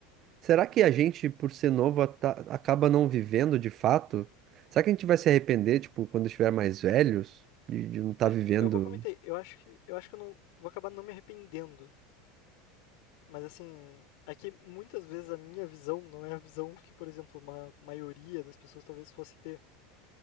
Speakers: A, on the right (about 40°); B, on the left (about 70°).
A: Será que a gente, por ser novo, ata- acaba não vivendo de fato? Será que a gente vai se arrepender, tipo, quando estiver mais velhos, de, de não estar
B: É,
A: vivendo?
B: é o que eu comentei, eu acho que, eu acho que eu não vou acabar não me arrependendo. Mas assim, é que muitas vezes a minha visão não é a visão que, por exemplo, uma maioria das pessoas talvez fosse ter.